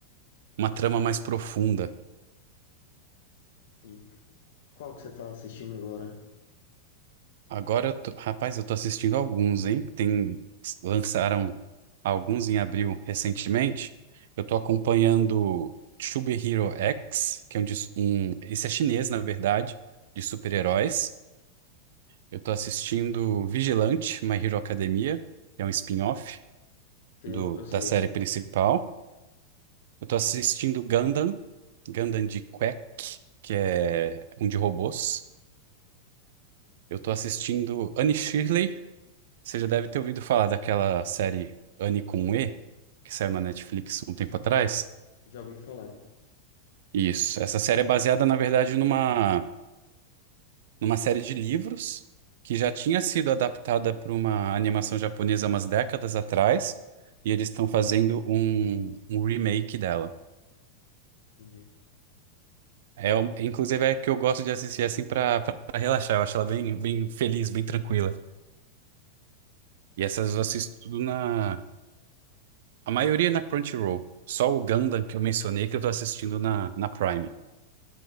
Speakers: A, on the right (about 55°); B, on the left (about 55°).
A: uma trama mais profunda.
B: Sim. Qual que você tá assistindo agora?
A: Agora, eu tô- rapaz, eu tô assistindo alguns, hein? Tem, lançaram alguns em abril recentemente. Eu tô acompanhando Tube Hero X, que é um, de- um- esse é chinês, na verdade, de super-heróis. Eu tô assistindo Vigilante, My Hero Academia, que é um spin-off
B: Que
A: do-
B: Eu, eu sei.
A: da série principal. Eu tô assistindo Gundam, Gundam de Quack, que é um de robôs. Eu tô assistindo Anne Shirley. Você já deve ter ouvido falar daquela série Anne com E, que saiu na Netflix um tempo atrás.
B: Já ouvi falar.
A: Isso. Essa série é baseada, na verdade, numa, numa série de livros que já tinha sido adaptada para uma animação japonesa umas décadas atrás, e eles estão fazendo um, um remake dela.
B: Entendi.
A: É, um- inclusive é que eu gosto de assistir assim pra pra relaxar. Eu acho ela bem, bem feliz, bem tranquila. E essas eu assisto tudo na. A maioria na Crunchyroll. Só o Gundam que eu mencionei que eu tô assistindo na, na Prime.